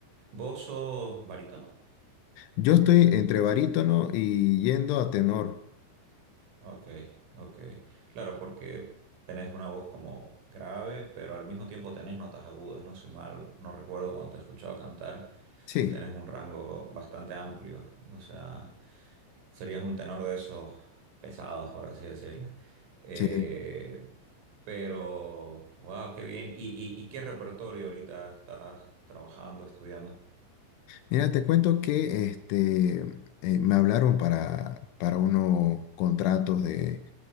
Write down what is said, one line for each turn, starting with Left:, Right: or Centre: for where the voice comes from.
Right: vos sos barítono?
Left: Yo estoy entre barítono y yendo a tenor.
Right: Ok, ok. Claro, porque tenés una voz como grave, pero al mismo tiempo tenés notas agudas, ¿no? Si mal no recuerdo cuando te he escuchado cantar,
Left: Sí.
Right: tenés un rango bastante amplio. O sea. serías un tenor de esos pesados, por así decirlo. Eh,
Left: Sí,
Right: pero, wow, qué bien. ¿Y, y- y qué repertorio ahorita estás trabajando, estudiando?
Left: Mira, te cuento que este, eh, me hablaron para, para unos contratos de,